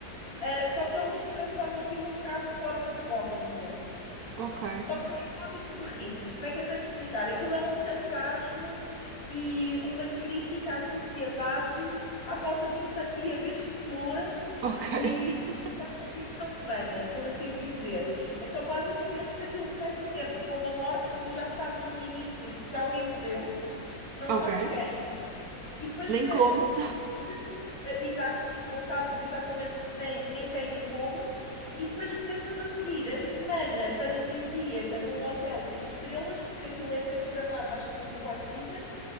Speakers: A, on the left; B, on the right.
A: ah, só que eles transformam aquilo um bocado de forma cómica.
B: Ok.
A: Só que não é cómico de rir. Como é que eu tenho de explicar? Aquilo é um sarcasmo e uma crítica à sociedade, à falta de empatia <laughs> das pessoas
B: Ok.
A: e
B: <laughs>
A: à condição humana, por assim dizer. Então, basicamente, aquilo começa sempre com uma morte, tu já sabes no início que alguém morreu, não
B: Ok.
A: sabes quem, e depois
B: Nem
A: começas
B: como.
A: a seguir eh, Exato, não sabes exatamente nem, nem quem nem como, e depois começas a seguir a semana paradisíaca num hotel cinco estrelas, porque aquilo é sempre gravado, acho que num Four Seasons,